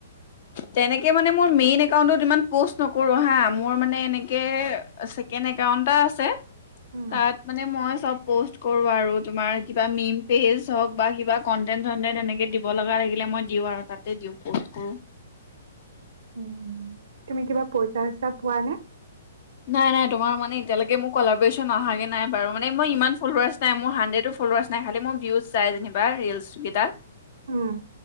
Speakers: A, on the left (about 50°); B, on the right (about 60°).
A: তেনেকে মানে মোৰ মেইন একাউন্টত ইমান পোষ্ট নকৰো হা মোৰ মানে এনেকে- ছেকেণ্ড একাউট এটা আছে
B: উম,
A: তাত মানে মই চব প'ষ্ট কৰোঁ আৰু তোমাৰ কিবা মিম পেজ হওক বা কিবা কণ্টেণ্ট চনটেণ্ট এনেকৈ দিব লগা থাকিলে মই দিওঁ আৰু তাতে দিওঁ- প'ষ্ট কৰো।
B: উ'ম তুমি কিবা পইচা চইচা পোৱা নে-
A: নাই নাই তোমাৰ মানে এতিয়ালৈকে মোক- কলাৰেচন অহাগে নাই বাৰু মই ইমান ফ্লাৱাৰ্চ নাই মোৰ হাৰ্ডৰেট ফ্লোৱাৰ্চ নাই খাল ম ভিউজ যাই যে ভাইৰেল ৰিলচ কেইটাত-
B: উম,